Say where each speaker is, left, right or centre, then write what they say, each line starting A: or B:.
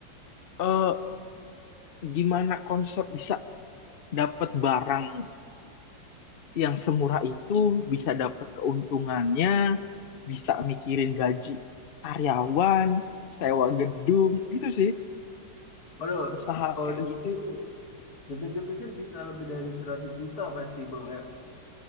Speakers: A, on the left (about 70°); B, on the left (about 55°).
A: Eh, gimana konsep bisa dapat barang yang semurah itu, bisa dapat keuntungannya, bisa mikirin gaji karyawan, sewa gedung, itu sih
B: Waduh,
A: usaha
B: kalau
A: kayak
B: di-
A: gitu.
B: ini dipikir-pikir bisa lebih dari 100 juta pasti Bang